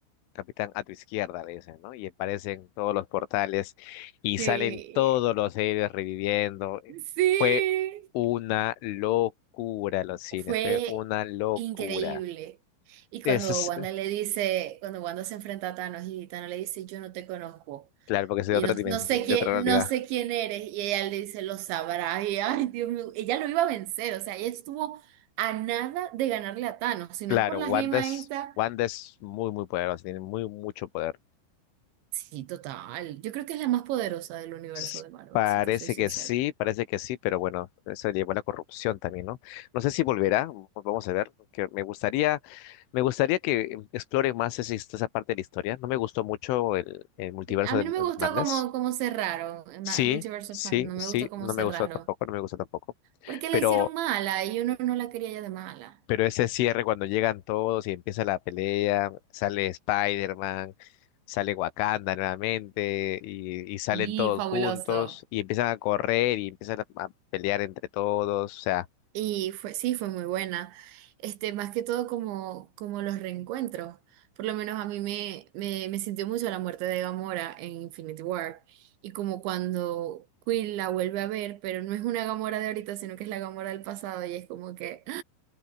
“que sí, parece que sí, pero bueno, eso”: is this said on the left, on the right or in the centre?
Left